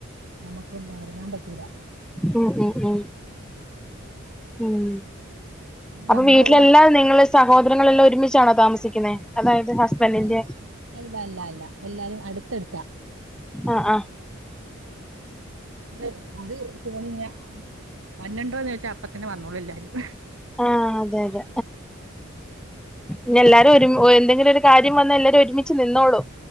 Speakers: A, on the right (about 70°); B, in the centre.
A: നമുക്ക് മാരന്താ പറ്റീില്ല
B: ഉം ഉം ഉം ഉം അപ്പൊ
A: നമ്മളെല്ലാം
B: വീട്ടിലെല്ലാം നിങ്ങള്ൾ സഹോദരങ്ങളെല്ലാം ഒരുമിച്ചാണോ താമസിക്കുന്നത് അതായത് ഹസ്ബൻഡിന്റെ
A: അല്ല അല്ല അല്ല അല്ല എല്ലാരും അടുത്തെടുത്താ
B: ആഹ ആഹ
A: നമ്മള് ഒരു ഫോണിങ്ങനെ വന്നണ്ടോന്ന് ചോച്ചാ അപ്പത്തന്നെ വന്നോളൂ എല്ലാരും
B: ആഹ് അതെ അതെ ഞ് എല്ലാരും ഒരുഎന്തെങ്കിലും ഒരു കാര്യം വന്നാൽ എല്ലാരും ഒരുമിച്ച് നിന്നോളും